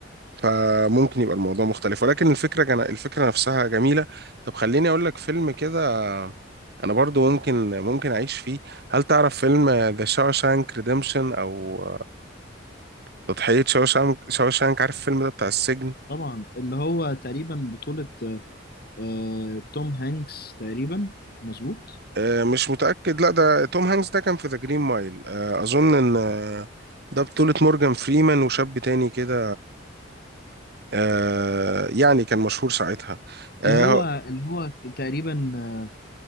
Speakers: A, on the right; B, on the left.
A: فممكن يبقى الموضوع مختلف ولكن الفكرة جن... الفكرة نفسها جميلة طب خليني أقول لك فيلم كده أنا برضو ممكن ممكن أعيش فيه هل تعرف فيلم ذا شاوشانك ريديمشن أو تضحية شاوشانك شاوشانك عارف الفيلم ده بتاع السجن
B: طبعا اللي هو تقريبا بطولة آه، توم هانكس تقريبا مظبوط
A: آه، مش متأكد لا ده توم هانكس ده كان في ذا جرين مايل آه، أظن إن آه، ده بطولة مورجان فريمان وشاب تاني كده آه، يعني كان مشهور ساعتها آه،
B: اللي هو اللي هو تقريبا آه،